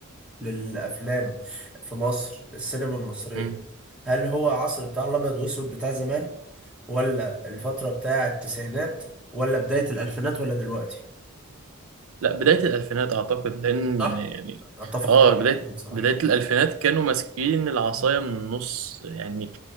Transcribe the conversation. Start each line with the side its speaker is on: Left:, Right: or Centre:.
Centre: للافلام في مصر السينما المصرية
Right: ايه؟
Centre: هل هو عصر بتاع الابيض واسود بتاع زمان ولا الفترة بتاع التسعينات ولا بداية الالفينات ولا دلوقتي
Right: لا بداية الألفينات أعتقد لأن
Centre: صح
Right: يعني
Centre: اتفق
Right: آه
Centre: معاك
Right: بداية
Centre: جدا بصراحة
Right: بداية الألفينات كانوا ماسكين العصاية من النص يعني